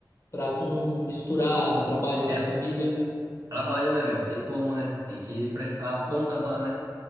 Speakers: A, on the left; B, on the right.
A: para tu não misturar trabalho
B: É,
A: com família.
B: trabalho, né, velho? Não tem como, né? Tem que prestar contas lá, né?